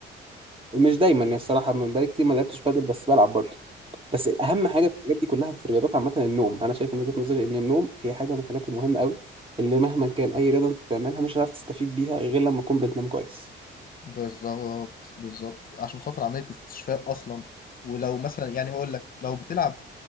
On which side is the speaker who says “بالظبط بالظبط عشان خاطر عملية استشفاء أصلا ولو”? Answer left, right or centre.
Left